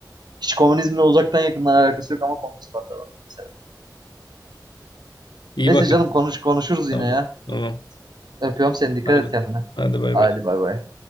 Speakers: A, on the right (about 65°); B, on the left (about 85°).
A: Hiç komünizmle uzaktan yakından alakası yok ama komünist parti adam mesela.
B: İyi
A: Neyse
B: bakalım.
A: canım konuş konuşuruz
B: Tamam.
A: yine ya.
B: Tamam.
A: Öpüyorum seni. Dikkat
B: Hadi.
A: et kendine.
B: Hadi bay
A: Hadi
B: bay.
A: bay bay.